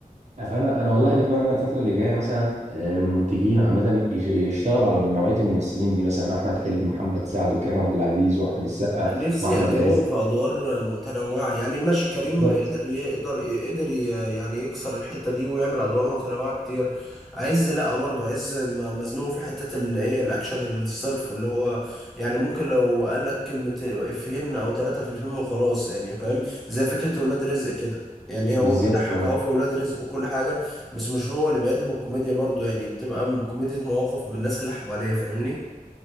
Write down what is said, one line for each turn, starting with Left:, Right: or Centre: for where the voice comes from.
Right: فانا انا والله بتمنى الفتره اللي جايه مثلا آه، المنتجين عامه يش- يشتغلوا على نوعيه الممثلين دي مثلا احمد حلمي ومحمد سعد وكريم عبد العزيز واحمد السقا
Centre: نفسي
Right: واحمد
Centre: يقدموهم
Right: عز
Centre: في ادوار متنوعه يعني ماشي كريم
Right: بالظبط
Centre: قدر يقدر قدر ي- يعني يكسر الحته دي ويعمل ادوار متنوعه كتير عز لا برضو عز م- مزنوق في حته الايه الاكشن الصرف اللي هو يعني ممكن لو قال لك كلمه افيهين او ثلاثه في الفيلم وخلاص يعني فاهم زي فكره ولاد رزق كده يعني
Right: بالظبط
Centre: هو بيضحك
Right: اه
Centre: اه في ولاد رزق وكل حاجه بس مش هو اللي بيقدم الكوميديا برضو يعني بتبقى كوميديا مواقف بالناس اللي حواليه فاهمني